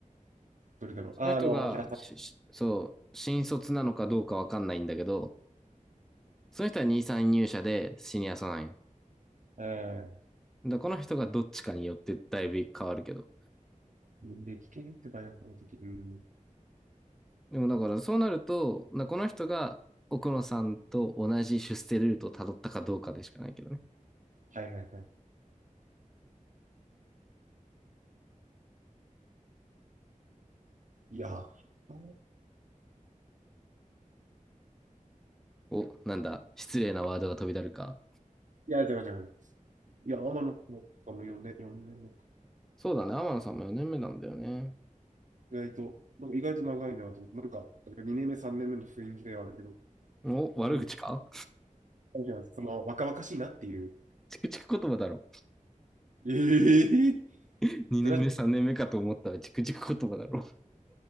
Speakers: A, on the right; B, in the centre.
A: どれだろう。
B: その人が、
A: あの、原さん。
B: ししそう、新卒なのかどうかわかんないんだけど、その人は2、3入社でシニアさなんよ。
A: ええ。
B: だこの人がどっちかによってだいぶ変わるけど。
A: 年齢聞けねってばよ、この時。うん。
B: でもだからそうなると、だこの人が奥野さんと同じ出世ルートをたどったかどうかでしかないけどね。
A: はいはいはい。いやー、
B: お、なんだ、失礼なワードが飛び出るか。
A: いや、違う違う。いや、天野君とかも呼んで年目か。
B: そうだね、天野さんも4年目なんだよね。
A: 意外と、なんか意外と長いなと思って、なんか、2年目、3年目の雰囲気ではあるけど、四年
B: お、悪口か
A: 目じゃないその、若々しいなっていう。
B: チクチク言葉だろ。
A: ええー、
B: <laughs> 2年目、
A: それは、
B: 3年目かと思ったらチクチク言葉だろ。